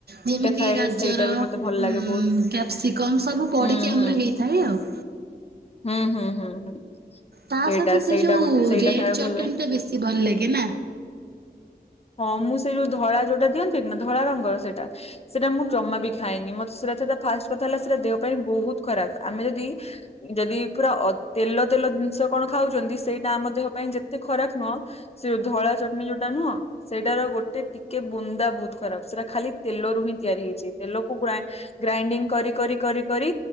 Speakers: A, on the right (about 70°); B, on the left (about 35°).
A: ଯେମିତି
B: ଖାଏ
A: ଗାଜର
B: ସେଇଟା ବି
A: ହିମ୍
B: ମତେ ଭଲ ଲାଗେ ବହୁତ
A: କ୍ୟାପ୍ସିକମ୍ ସବୁ ପଡିକି
B: ହୁଁ ହୁଁ।
A: ଆମର ହେଇଥାଏ ଆଉ।
B: ହୁଁ ହୁଁ ହୁଁ ହୁଁ।
A: ତା
B: ସେଇଟା
A: ସହିତ ସେ
B: ସେଇଟା
A: ଯୋଉ
B: ଗୋ ସେଇଟା
A: ରେଡ୍
B: ଖାଇବାକୁ
A: ଚଟନ୍
B: ଭଲ ଲାଗେ।
A: ଟା ବେଶୀ ଭଲ୍ ଲାଗେ ନା?
B: ହଁ ମୁଁ ସେଇ ଯୋଉ ଧଳା ଯୋଉଟା ଦିଅନ୍ତିନି ନା ଧଳା ରଙ୍ଗର ସେଇଟା ସେଟା ମୁଁ ଜମା ବି ଖାଏନି ମତେ ସେଟା ସେଟା ଫାଷ୍ଟ୍ କଥା ହେଲା ସେଟା ଦେହ ପାଇଁ ବହୁତ୍ ଖରାପ୍ ଆମେ ଯଦି ଯଦି ପୁରା ଅ ତେଲ ତେଲ ଜିନିଷ କଣ ଖାଉଛନ୍ତି ସେଇଟା ଆମ ଦେହ ପାଇଁ ଯେତେ ଖରାପ୍ ନୁହଁ ସେ ଯୋଉ ଧଳା ଚଟ୍ନି ଯୋଉଟା ନୁହଁ ସେଇଟାର ଗୋଟେ ଟିକେ ବୁନ୍ଦା ବହୁତ୍ ଖରାପ୍ ସେଟା ଖାଲି ତେଲରୁ ହିଁ ତିଆରି ହେଇଛି ତେଲକୁ ଗ୍ରା ଗ୍ରାଇଣ୍ଡିଙ୍ଗ୍ କରି କରି କରି କରି